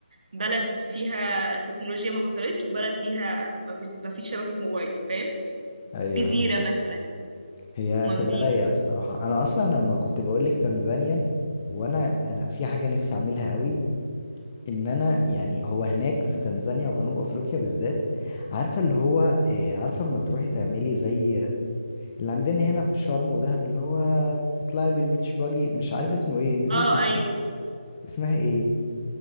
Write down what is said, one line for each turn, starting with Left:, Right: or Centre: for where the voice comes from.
Right: بلد فيها تكنولوجيا ما حصلتش وبلد فيها ما بيست- ما فيش شبكه موبايل فاهم
Left: ايوه
Right: جزيره مثلا
Left: هي
Right: مالديفز
Left: تبقى رايقه بصراحه انا اصلا لما كنت بقول لك تنزانيا وانا انا في حاجه نفسي اعملها قوي ان انا يعني هو هناك في تنزانيا وجنوب افريقيا بالذات عارفه اللي هو آه، عارفه اما تروحي تعملي زي اللي عندنا هنا في شرم ودهب اللي هو تطلعي بالبيتش باجي مش عارف اسمه ايه نسيت
Right: اه
Left: اسمه
Right: ايوه
Left: اسمها ايه